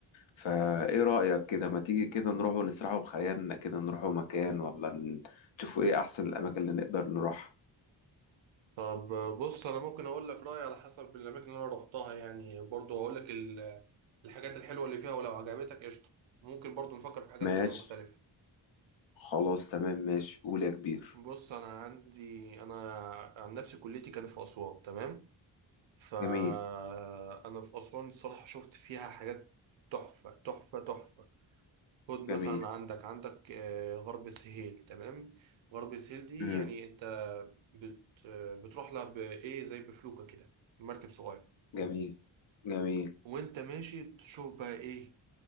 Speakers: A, on the left; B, on the right.
A: فإيه رأيك كده ما تيجي كده نروح ونسرحوا بخيالنا كده نروحوا مكان ولا ن- نشوفوا إيه أحسن الأماكن اللي نقدر نروحها
B: طب آه، بص انا ممكن اقول لك رايي على حسب الاماكن اللي انا روحتها يعني برضو هقول لك ال- الحاجات الحلوه اللي فيها ولو عجبتك قشطه ممكن برضو نفكر في حاجات
A: ماشي
B: تانية مختلفه
A: خلاص تمام ماشي قول يا كبير
B: بص انا عندي انا عن نفسي كليتي كانت في اسوان تمام فانا
A: جميل
B: في اسوان الصراحه شفت فيها حاجات تحفه تحفه تحفه خد مثلا
A: جميل
B: عندك عندك آه، غرب سهيل تمام غرب سهيل دي
A: مم.
B: يعني انت بت آه، بتروح لها بايه زي بفلوكة كده مركب صغير
A: جميل جميل
B: وانت ماشي تشوف بقى ايه